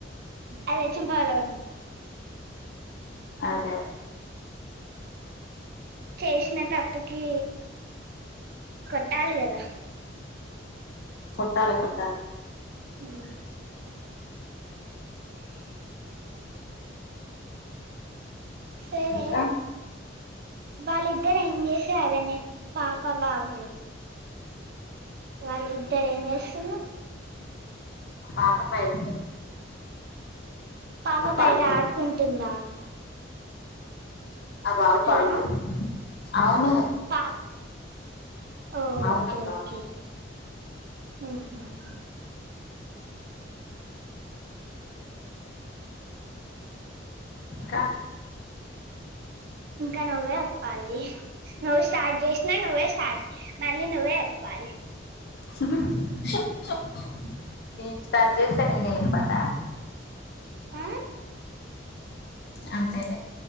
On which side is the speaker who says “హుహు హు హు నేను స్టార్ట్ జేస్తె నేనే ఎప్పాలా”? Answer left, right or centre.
Left